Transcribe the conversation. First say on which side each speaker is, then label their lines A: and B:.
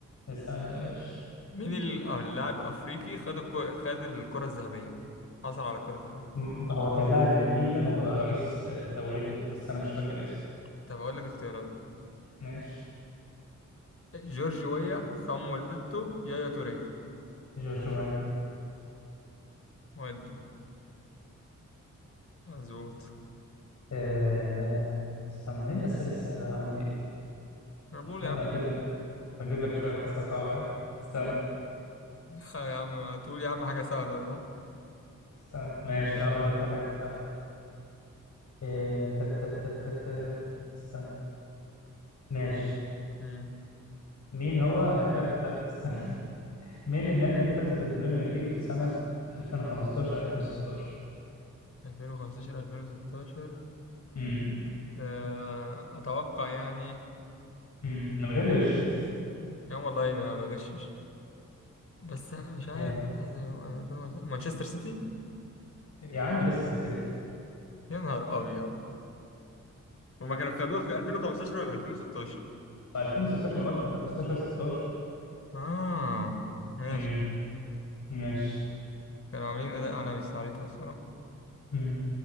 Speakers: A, on the left; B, on the left.
A: اسألني يا باشا
B: مين ال- أو اللاعب افريقي خد الكو... خد الكرة الذهبية حصل على الكرة الذهبية
A: م- هو كان لاعب لميلان وبقى رئيس دولته بس أنا مش فاكر اسمه
B: طب اقول لك اختيارات
A: ماشي
B: جورج ويا صامويل ايتو يايا توريه
A: جورج وايو
B: ودي مظبوط
A: آه، استنى إيه الأسئلة السهلة عندي
B: انا بقول
A: لا
B: يا عم
A: انا هجيب
B: كده.
A: لك هجيب لك شويه اسئله صعبه يا عم استنى
B: لا يا عم تقول يا عم حاجة سهلة الله
A: استنى ماشي هقول لك واحد سهل إيه، تا- تا- تا- تا- تا- استنى ماشي
B: امم
A: مين هو هداف لا استنى مين النادي اللي فاز بالبريمير ليج في سنه 2015 2016
B: 2015 2016
A: امم
B: آه، اتوقع يعني
A: امم من غير غش بس
B: يا عم والله ما بغشش بس مش عارف
A: ايه
B: حاسس- 2005 مانشستر سيتي
A: يا عم ليستر سيتي
B: يا نهار ابيض هما كانوا خدوه في 2015 ولا 2016
A: هو 2016 ما قلت 15 16
B: اه ماشي
A: امم ماشي
B: كانوا عاملين اداء عالمي ساعتها الصراحه
A: امم